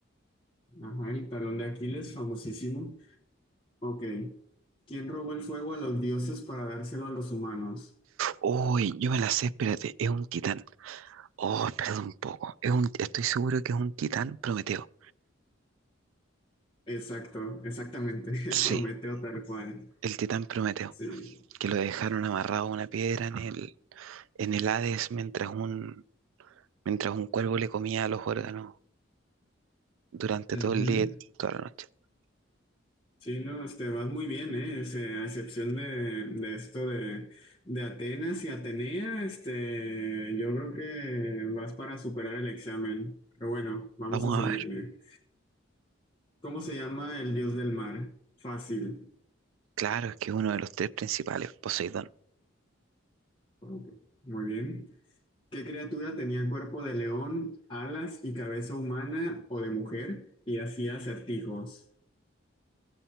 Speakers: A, on the left; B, on the right.
A: Ajá, el talón de Aquiles, famosísimo. Ok. ¿Quién robó el fuego a los dioses para dárselo a los humanos?
B: Uy, yo me la sé, espérate, es un titán. Oh, espérate un poco. Es un, estoy seguro que es un titán Prometeo.
A: Exacto, exactamente. <laughs>
B: Sí,
A: Prometeo tal cual.
B: el titán Prometeo.
A: Sí.
B: que lo dejaron amarrado a una piedra en el, en el Hades mientras un, mientras un cuervo le comía los órganos durante
A: Ujú.
B: todo el día y toda la noche.
A: Sí, no, este, vas muy bien, ¿eh? O sea, a excepción de, de esto de, de Atenas y Atenea, este, yo creo que vas para superar el examen. Pero bueno, vamos
B: Vamos
A: a seguirle.
B: a ver.
A: ¿Cómo se llama el dios del mar? Fácil.
B: Claro, es que es uno de los tres principales, Poseidón.
A: Ok, Muy bien. ¿Qué criatura tenía cuerpo de león, alas y cabeza humana o de mujer y hacía acertijos?